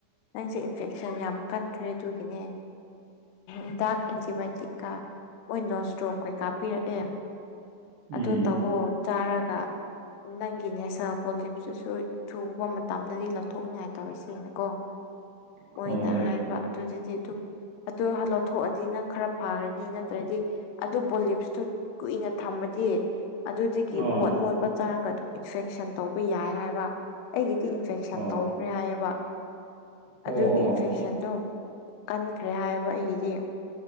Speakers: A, on the left; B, on the right.
A: ꯅꯪꯁꯦ ꯏꯟꯐꯦꯛꯁꯟ ꯌꯥꯝ ꯀꯟꯈ꯭ꯔꯦ ꯑꯗꯨꯒꯤꯅꯦ ꯤ ꯗꯥꯛ ꯑꯦꯟꯇꯤꯕꯥꯌꯣꯇꯤꯛ ꯀ ꯃ ꯅꯣꯁ ꯗ꯭ꯔꯣꯞꯈꯩ ꯀꯥꯞꯄꯤꯔꯛꯑꯦ
B: ꯎꯝ
A: ꯑꯗꯨ ꯇꯧꯑꯣ ꯆꯥꯔ ꯅꯪꯒꯤ ꯅꯦꯁꯥ ꯄꯣꯂꯤꯞꯁꯤꯁꯨ ꯊꯨꯕ ꯃꯇꯝꯗꯗꯤ ꯂꯧꯊꯣꯛꯅꯤꯡꯉꯥꯏ ꯇꯧꯔꯁꯤꯦꯅꯀꯣ
B: ꯍꯣꯏ
A: ꯃꯣꯏꯅ
B: ꯍꯣꯏ
A: ꯍꯥꯏꯕ ꯑꯗꯨꯗꯨꯗꯤ ꯑꯗꯨ ꯑꯗꯨ ꯂꯧꯊꯣꯛꯑꯗꯤ ꯅꯪ ꯈꯔ ꯐꯔꯅꯤ ꯅ ꯑꯗꯨ ꯄꯣꯂꯤꯞꯁꯇꯣ ꯀꯨꯏꯅ ꯊꯝꯃꯗꯤ ꯑꯗꯨꯗꯒꯤ
B: ꯑꯣ
A: ꯃꯣꯠ ꯃꯣꯠꯄ ꯆꯥꯔꯒꯗ ꯏꯟꯐꯦꯛꯁꯟ ꯇꯧꯕ ꯌꯥꯏ ꯍꯥꯏꯕ ꯑꯩꯒꯤꯗꯤ ꯏꯟꯐꯦꯛꯁꯟ
B: ꯑꯣ
A: ꯇꯧꯈ꯭ꯔꯦ ꯍꯥꯏꯌꯦꯕ
B: ꯑꯣ
A: ꯑꯗꯨꯒꯤ
B: ꯑꯣ
A: ꯏꯟꯐꯦꯛꯁꯟꯗꯣ ꯀꯟꯈ꯭ꯔꯦ ꯍꯥꯏꯕ ꯑꯩꯒꯤꯗꯤ